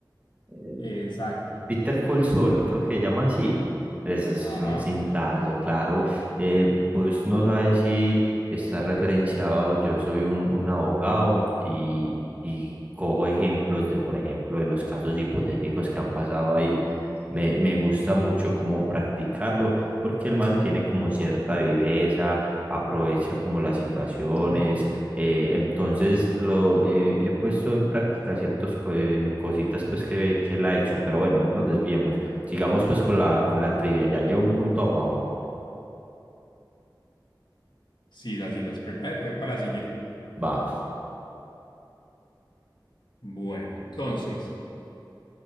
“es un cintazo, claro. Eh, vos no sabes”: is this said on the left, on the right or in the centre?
Right